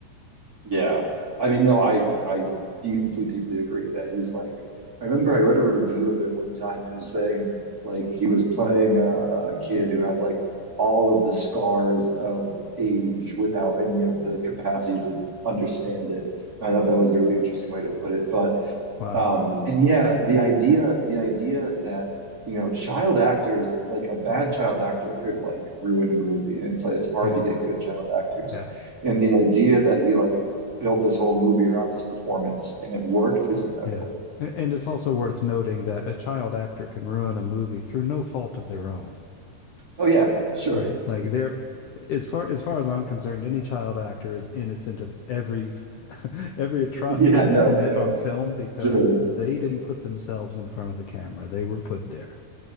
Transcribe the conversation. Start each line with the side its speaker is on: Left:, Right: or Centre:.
Right: Yeah. I mean, no, I I deeply, deeply agree that he's like I remember I read a review of it one time and it was saying like he was playing a, a kid who had like all of the scars of age without any of the capacity to understand it. I thought that was a really interesting way to put it. But
Left: Wow.
Right: um, and yeah, the idea, the idea that, you know, child actors, like a bad child actor could like ruin a movie. And it's like it's hard
Left: Yeah.
Right: to get good child actors.
Left: Yeah.
Right: And the idea that he like built this whole movie around this performance and it worked is incredible.
Left: Yeah. And it's also worth noting that a child actor can ruin a movie through no fault of their own.
Right: Oh yeah, sure.
Left: Right. Like there as far as far as I'm concerned, any child actor is innocent of every <laughs> every atrocity
Right: Yeah,
Left: they
Right: <laughs> no,
Left: commit
Right: fair.
Left: on film because
Right: Sure.
Left: they didn't put themselves in front of the camera. They were put there.